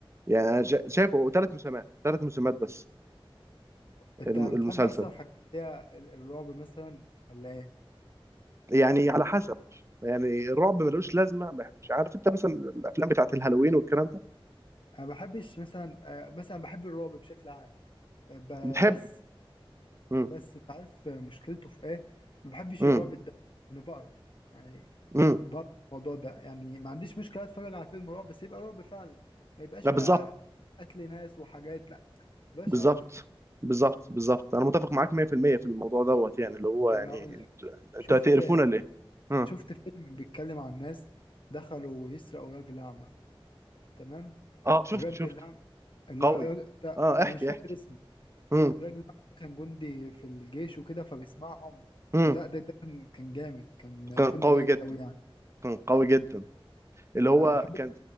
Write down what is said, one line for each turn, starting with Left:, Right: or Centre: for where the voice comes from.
Right: يعني انا شا- شايفه ثلاث موسمات ثلاث موسمات بس
Left: انت
Right: الم-
Left: بتحب
Right: المسلسل
Left: اصلا الحاجات اللي هي ال- الرعب مثلا ولا ايه
Right: يعني على حسب يعني الرعب ملوش لازمه ما بحبش عارف انت مثلا الافلام بتاعت الهالوين والكلام ده
Left: انا ما بحبش مثلا آه، مثلا بحب الرعب بشكل عام آه، ب-
Right: بتحب
Left: بس
Right: امم
Left: بس انت عارف آه، مشكلته في ايه ما بحبش
Right: امم
Left: الرعب الدموي انا بقرف يعني
Right: امم
Left: ضرب الموضوع ده يعني ما عنديش مشكله اتفرج على فيلم رعب بس يبقى رعب فعلا ما يبقاش
Right: لا
Left: بقى
Right: بالظبط
Left: قتل ناس وحاجات لا بلاش
Right: بالظبط
Left: قرف
Right: بالظبط بالظبط انا متفق معاك 100% في المية في الموضوع دوت يعني اللي هو
Left: انا
Right: يعني
Left: هقول
Right: انتوا
Left: لك شفت
Right: انتوا هتقرفونا ليه؟ امم
Left: شفت فيلم بيتكلم عن ناس دخلوا يسرقوا راجل اعمى تمام
Right: اه شفته
Left: الراجل
Right: شفته
Left: الأعمى اللا-
Right: قوي
Left: الراجل ده
Right: اه
Left: انا
Right: احكي
Left: مش فاكر
Right: احكي
Left: اسمه
Right: امم
Left: الراجل الأعمى ده كان جندي في الجيش وكده فبيسمعهم
Right: امم
Left: فده ده, ده كان كان جامد كان
Right: كان
Left: فيلم
Right: قوي
Left: جامد
Right: جدا
Left: قوي يعني
Right: كان قوي جدا اللي هو
Left: فبحب
Right: كان